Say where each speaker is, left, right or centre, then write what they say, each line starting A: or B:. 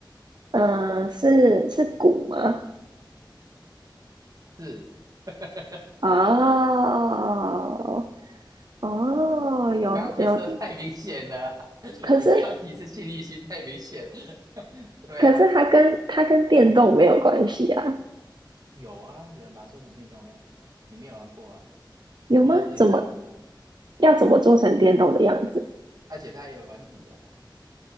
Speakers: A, on the right; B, on the right.
A: 嗯、呃是是鼓吗？
B: 是，<laughs>
A: 哦哦，
B: 我我刚刚提示的太明显了，
A: 有有
B: <laughs>
A: 可是
B: 我刚刚提示信义区太明显了，对啊，
A: 可是它跟它跟电动没有关系啊，
B: 有啊，有人把它做成电动的样子啊，你没有玩过啊？
A: 有吗？
B: 我儿子有在玩啊，
A: 怎么要怎么做成电动的样子？
B: 而且他也有软体呀、啊，